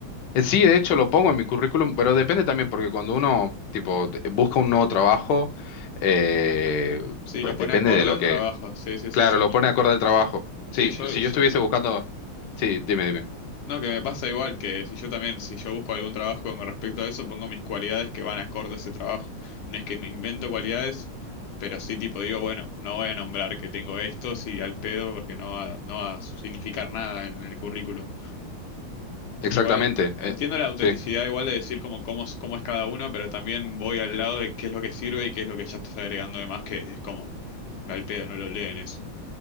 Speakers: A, on the left; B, on the left.
A: eh, sí, de hecho lo pongo en mi currículum, pero depende también porque cuando uno, tipo, te- busca un nuevo trabajo, eh,
B: Sí,
A: pues
B: lo pone
A: depende
B: acorde
A: de lo
B: al
A: que,
B: trabajo. Sí, sí, sí,
A: claro,
B: sí.
A: lo pone acorde al trabajo. Sí,
B: Sí, yo,
A: pues si
B: yo
A: yo estuviese
B: me,
A: buscando, sí, dime, dime.
B: No, que me pasa igual, que si yo también, si yo busco algún trabajo con respecto a eso, pongo mis cualidades que van acorde a ese trabajo. No es que me invento cualidades, pero sí tipo digo, bueno, no voy a nombrar que tengo esto, sí, al pedo, porque no va, no va a significar nada en el currículum.
A: Exactamente.
B: Igual, entiendo
A: eh,
B: la autenticidad
A: sí.
B: igual de decir como cómo, es- cómo es cada uno, pero también voy al lado de qué es lo que sirve y qué es lo que ya estás agregando de más, que es como, al pedo, no lo leen eso